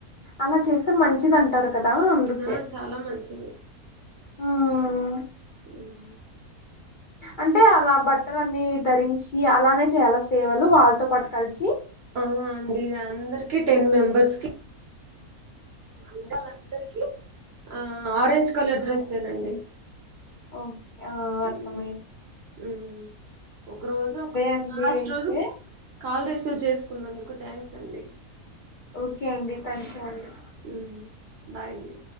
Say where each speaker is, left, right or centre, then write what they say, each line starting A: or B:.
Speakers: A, on the left; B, on the right.
A: అలా చేస్తే మంచిదంటారు కదా అందుకే
B: ఆ చాలా మంచిది
A: ఊమ్ ఊమ్
B: ఉ హుమ్
A: అంటే అలా బట్టలన్నీ ధరించి అలానే చెయ్యాలా సేవలు వాళ్ళతో పాటు కలిసి
B: అవునా అండి అందరికి టెన్ మెంబెర్స్ కి గుడిలోని అందరికి ఆ ఆరెంజ్ కలర్ డ్రెస్సేనండి
A: ఓ ఆ అర్థమయింది
B: ఉమ్, ఉమ్. ఒక రోజు ఒక
A: అండి
B: లాస్ట్
A: అయితే
B: రోజు కాల్ రిసీవ్ చేసుకున్నందుకు థ్యాంక్స్ అండి
A: ఓకే అండి థ్యాంక్ యూ అండి
B: ఉమ్ బాయ్ అండి